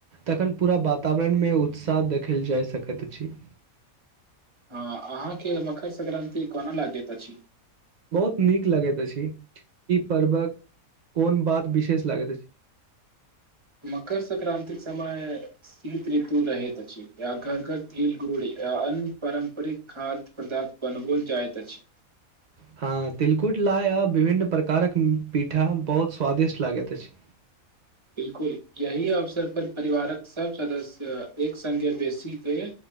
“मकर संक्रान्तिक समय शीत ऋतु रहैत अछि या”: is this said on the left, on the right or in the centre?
Right